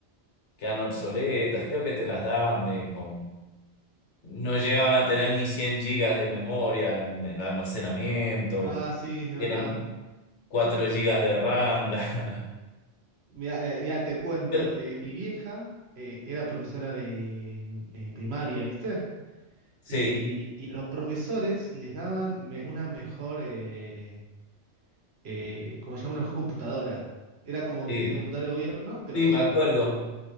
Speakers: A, on the left; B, on the right.
A: quedan obsoletas. Creo que te las daban de con... No llegaban a tener ni 100 gigas de memoria en, en almacenamiento.
B: Ah, sí, es verdad.
A: Eran 4 gigas de RAM. <laughs> la- la-
B: Mira, eh, mira, te cuento,
A: Pero-
B: eh, mi vieja eh, era profesora de eh, primaria, ¿viste?
A: sí,
B: Y, y a los profesores les daban me- una mejor, eh, eh, ¿cómo se llama? Una mejor computadora. Era como
A: sí,
B: que tenía computadora de gobierno, pero
A: sí,
B: mejor.
A: me acuerdo.